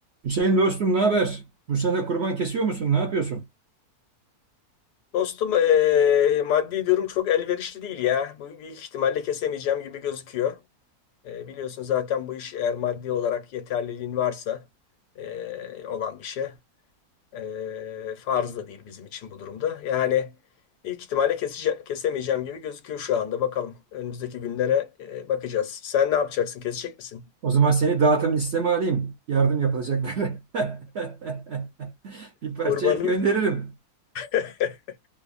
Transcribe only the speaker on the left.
Dostum eee, maddi durum çok elverişli değil ya. Bu büyük ihtimalle kesemeyeceğim gibi gözüküyor. Eee, biliyorsun zaten bu iş eğer maddi olarak yeterliliğin varsa eee, olan bir şey. Eee farz da değil bizim için bu durumda. Yani büyük ihtimalle kesece- kesemeyeceğim gibi gözüküyor şu anda. Bakalım önümüzdeki günlere eee, bakacağız. Sen ne yapacaksın? Kesecek misin?
Kurbanın
<laughs>